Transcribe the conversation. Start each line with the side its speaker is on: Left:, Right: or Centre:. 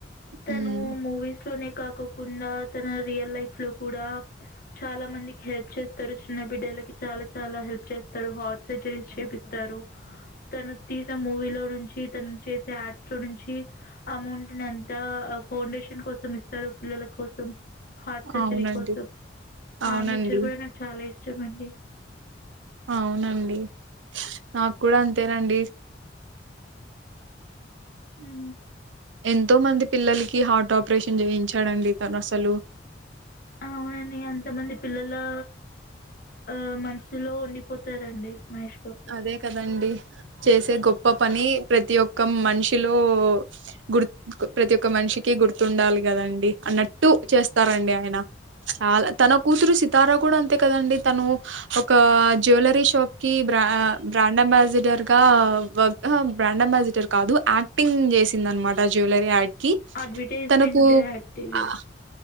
Left: తను
Right: హ్మ్.
Left: మూవీస్ లోనే కాకోకుండా తన రియల్ లైఫ్ లో కూడా చాలా మందికి హెల్ప్ చేస్తరు చిన్న బిడ్డలకి చాలా చాలా హెల్ప్ చేస్తరు హార్ట్ సర్జరీస్ చేపిస్తరు తను తీసిన మూవీ లో నుంచి తను చేసే యాడ్స్ లో నుంచి అమౌంట్ నీ అం తా ఫౌండేషన్ కోసం ఇస్తారు పిల్లల కోసం హార్ట్ సర్జరీ
Right: అవునండి.
Left: కోసం
Right: అవునండి.
Left: ఆ నేచర్ కూడా నాకు చాలా ఇష్టం అండి
Right: అవునండి నాక్ కూడా అంతేనండి
Left: ఉహు
Right: ఎంతో మంది పిల్లలకి హార్ట్ ఆపరేషన్ చేయించాడండి తన్ అసలు
Left: అవునండి ఎంతమంది పిల్లల్ అలా ఆ మనసు లో ఉండిపోతారండి మహేష్ బాబు
Right: అదే కదండి చేసే గొప్ప పని ప్రతి ఒక్క మనిషి లో గుర్ ప్రతి ఒక్క మనిషి కి గుర్తుండాలి కదండి అన్నట్ టు చేస్తారండి ఆయన తన కూతురు సి తారా కూడా అంతే కదండి తను ఒక జ్యులరీ షాప్ కి బ్రాండ్ అంబాసిడర్ గా వర్క్ ఆహా బ్రాండ్ అంబాసిడర్ కాదు యాక్టింగ్ చేసి చేసిందన్నమాట జ్యులరీ యాడ్ కి
Left: అడ్వర్టైజ్మెంట్
Right: తనకు
Left: యాక్టీరియాస్
Right: ఆహ్,